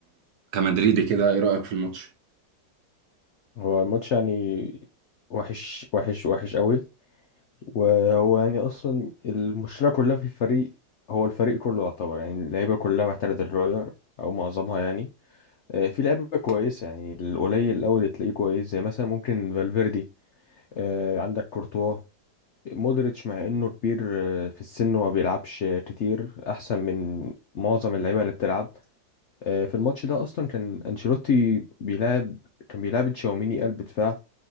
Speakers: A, on the right; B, on the left.
A: كمدريدي كده ايه رايك في الماتش
B: هو ماتش يعني وحش وحش وحش قوي وهو يعني اصلا المشكله كلها في الفريق هو الفريق كله يعتبر يعني اللعيبه كلها محتاجه تتغير او معظمها يعني آه، في لعيبه كويسه يعني القليل الاول اللي تلاقيه كويس زي مثلا ممكن فالفيردي آه، عندك كورتوا مودريتش مع انه كبير آه، في السن وما بيلعبش كتير احسن من معظم اللعيبه اللي بتلعب آه، في الماتش ده اصلا كان انشيلوتي بيلعب كان بيلعب تشاوميني قلب دفاع